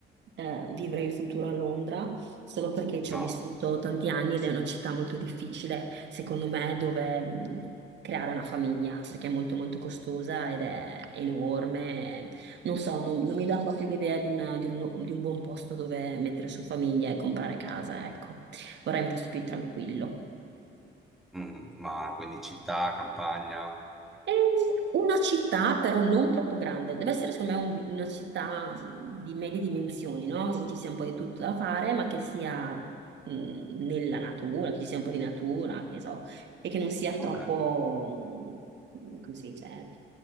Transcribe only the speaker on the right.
eh, vivere in futuro a Londra, solo perché ci
ho vissuto tanti anni ed è una città molto difficile, secondo me, dove mh, creare una famiglia, perché è molto molto costosa ed è enorme. Non so, non, non mi dà proprio l'idea di, una- di un, di un buon posto dove mettere su famiglia e comprare casa, ecco. Vorrei un posto più tranquillo.
Ehm, Una città però non troppo grande, deve essere secondo me un- una città mh, di medie dimensioni, no? Dove ci sia un po' di tutto da fare, ma che sia mh, nella natura, che ci sia un po' di natura, che ne so, e che non sia
troppo, mh, come si dice,